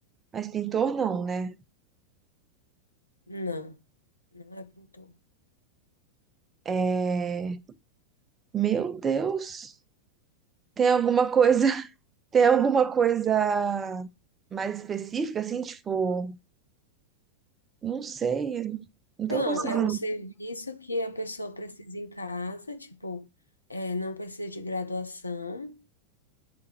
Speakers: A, on the right; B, on the left.
A: mas pintor não, né?
B: Não, não é pintor.
A: É... Meu Deus. Tem alguma coisa, <laughs> tem alguma coisa mais específica, assim, tipo, não sei, não
B: Então,
A: tô conseguindo.
B: é um serviço que a pessoa precisa em casa, tipo, é, não precisa de graduação.